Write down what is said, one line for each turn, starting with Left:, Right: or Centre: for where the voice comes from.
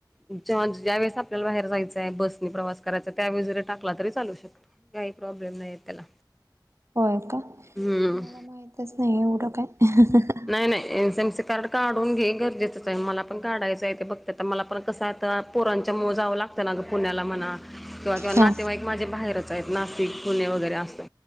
Centre: जेव्हा ज्या वेळेस आपल्याला बाहेर जायचं आहे बस मी प्रवास करायचा त्यावेळेस जरी टाकला तरी चालू शकतो काही प्रॉब्लेम नाही येत त्याला
Right: होय का मला
Centre: हम्म
Right: माहितच नाही एवडं काय अ हं हं हं
Centre: नाय नाय एनसी एमसी कार्ड काढून घे गरजेचंच हाय मला पण काढायचं आहे ते फक्त तर मला पण कसं आता पोरांच्या मुळं जावं लागतं त्यांना गा पुण्याला म्हणा किंवा किंवा नातेवाईक
Right: हा
Centre: माझे बाहेरच आहेत नाशिक पुणे वगैरे असं